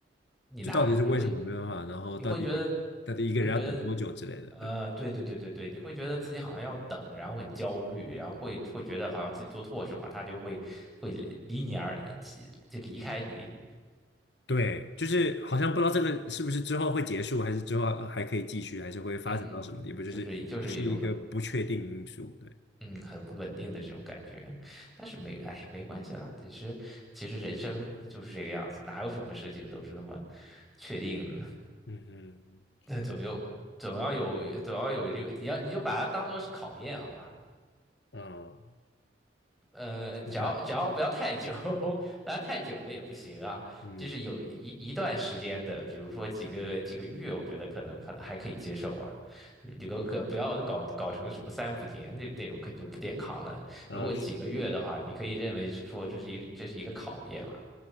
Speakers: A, in the centre; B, on the left (about 70°).
A: 你拿你会
B: 就到底是为什么没办法，然后到底
A: 你会觉得
B: 到底一个人要等多久之类的，
A: 会觉得呃，
B: 对
A: 对对对对对，你会觉得自己好像要等，然后很焦虑，然后会会觉得好像自己做错什么，他就会会离你而就离开你，
B: 对，就是好像不知道这个是不是之后会结束，还是之后呃还可以继续，还是会发展到什么地步，
A: 嗯，
B: 就是就是一个不确定因素，
A: 就是就是一种很
B: 对，
A: 嗯，很不稳定的这种感觉，但是没，哎，没关系啦。其实，其实人生就是这个样子，哪有什么事情都是那么确定的？
B: 嗯嗯
A: <laughs> 那总有，总要有，总要有这个，你要你就把它当做是考验好了。
B: 嗯，嗯
A: 呃，只要只要不要太久，
B: 是吧？
A: <laughs> 当然太久了也不行啊。
B: 嗯
A: 就是有一一段时间的，比如说几个几个月，我觉得可能可能还可以接受啊。这个可不要搞搞成什么三五年那那种，可就不健康了。
B: 啊是，
A: 如果几个月的话，你可以认为说这是一这是一个考验了。